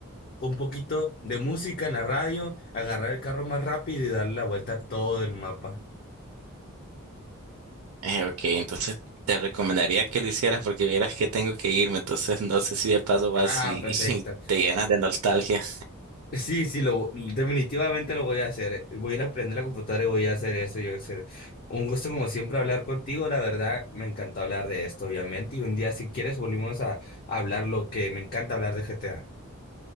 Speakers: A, on the left; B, on the right.
A: con un poquito de música en la radio, agarrar el carro más rápido y darle la vuelta a todo el mapa.
B: Eh, ok, entonces te recomendaría que lo hicieras porque vieras que tengo que irme, entonces no sé si de paso vas
A: Ah,
B: y,
A: perfecto.
B: <laughs> y te llenas de nostalgia.
A: Sí, sí, lo, definitivamente lo voy a hacer. Voy a ir a aprender la computadora y voy a hacer eso. Yo sé. Un gusto como siempre hablar contigo. La verdad, me encantó hablar de esto, obviamente. Y un día, si quieres, volvimos a hablar lo que me encanta hablar de GTA.